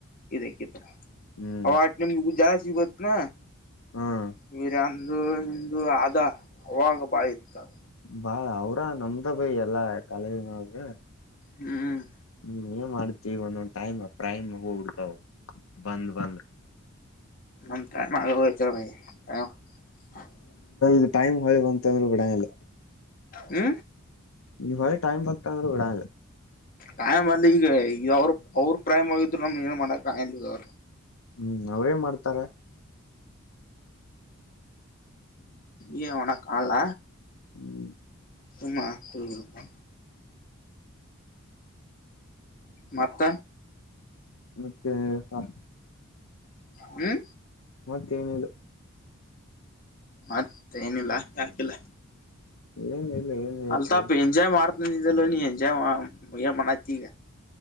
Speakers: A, on the left; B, on the left.
A: ಇದೇಕಿತ್ತು ಅನೆ
B: ಹ್ಮ್
A: ಜ ವಿಕ ನ
B: ಹ್ಮ್
A: <unintelligible> ಇಂದು ಹಿಂದೂ ಆದ ಅವಾಗ ಬಾಳ ಇತ್ತದ
B: ಬಾಳ ಅವ್ರ ನಮ್ದ ಬೈ ಎಲ್ಲಾ ಕಾಲೇಜು ನೊಳಗೆ
A: ಹ್ಮ್
B: ಹ್ಮ್ ಏನ್ ಮಾಡ್ತಿವಿ ಒಂದೊಂದ್ ಟೈಮ್ ಪ್ರೈಮ್ ಹೋಗ ಬಿಡತಾವ್ ಅವು ಬಂದ ಬಂದ್
A: ನತ ಮಾಡಗ ಹೆಚ ಭ <unintelligible>
B: ದು ಟೈಮ್ ಹೊಳಿ ಬಂತಂದ್ರು ಬಿಡಗಿಲ್ಲ
A: ಹ್ಮ
B: ನಿ ಹೊಳ ಟೈಮ ಬತ್ತಂದರ್ ಬಿಡಾಗಿಲ್ಲೇ
A: ಟೈಮ್ ಅಲ್ಲಿ ಈಗ ಈಗ ಅವ್ರ ಅವ್ರ ಪ್ರೈಮ್ ಆಗಿದ್ರು ನಮ್ ಏನ್ ಮಾಡಕ್ ಆಗಾಗಿಲ್ಲ ಈಗ
B: ಹ್ಮ್ ಅವ್ರೇನ್ ಮಾಡ್ತಾರ.
A: ಏನ ಮಾಡಕ್ ಆಗಲ್ಲ
B: ಹ್ಮ್
A: ಸುಮ ಕುಡದಬಿಡೊದ ಮತ್ತ
B: ಮತ್ತೆ ಹ
A: ಹ್ಮ್
B: ಮತ್ತೇ ಏನು ಇಲ್ಲ
A: ಮತ್ತೆ ಏನಿಲ್ಲ ಯಾಕಿಲ್ಲ
B: ಏನ್ ಇಲ್ಲ ಏನ್ ಹೇಳ್ತ
A: ಅಲ್ತಾಪ್ ಎಂಜಾಯ್ ಮಾಡ್ತಂದ ಅದಿದ್ದಲ ನೀ ಎಂಜಾಯ್ ಏನ್ ಮಾಡತಿ ಈಗ